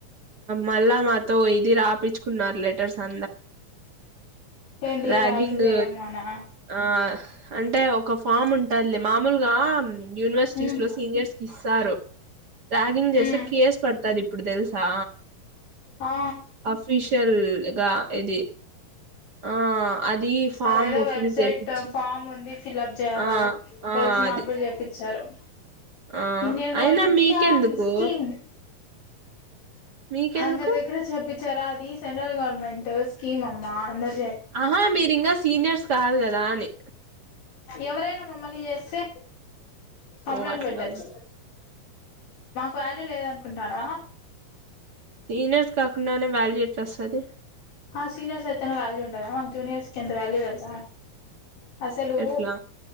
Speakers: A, on the right; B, on the left.
A: మళ్ళా మాతో ఇది రాపిచ్చుకున్నారు లెటర్స్ అ
B: ఏంది
A: ర్యాగింగ్
B: రాగింగ్ జేయమ్మనా
A: ఆ అంటే ఒక ఫామ్ ఉంటుదిలే మామూలుగా యూనివర్సిటీస్
B: ఉమ్
A: లో సీనియర్స్ ఇస్తారు రాగింగ్ చేస్తే
B: ఉమ్
A: కేసు పడతది ఇప్పుడు తెలుసా
B: ఆ
A: అఫీషియల్గ ఇది ఆ అది ఫామ్
B: అదేదో వెబ్సైట్
A: ఫిల్ చేపిచ్చి
B: ఫామ్ ఉంది ఫిల్ అప్ చేయాల
A: ఆ ఆ
B: తెలిసి మాకుడ
A: అది
B: చెపిచ్చారు
A: ఆ
B: ఇండియన్ గవర్నమెంట్స్
A: అయినా మీకెందుకు
B: స్కామ్ స్కీమ్
A: మీకెందుకు
B: అందరు దగ్గర చ <unintelligible> జరాది సెంట్రల్ గవర్నమెంట్ స్కీమ్ అమ్మా <unintelligible>
A: ఆహా మీరి ఇంగ సీనియర్స్ కాదు కదా అని
B: ఎవరైనా మమ్మని చేస్తే కంప్లేన్
A: ఓ అట్లానా
B: పెట్టచ్చు క్వాలీ లేదనుకుంటానవ
A: సీనియర్స్ కాకుండనే వాల్యూ ఎట్ల వస్తది
B: సీనియర్స్ అయితేనే వాల్యూ ఉంటద మాకు జూనియర్స్ కి ఎంత వాల్యూ తెలుసా అసలు
A: ఎట్లా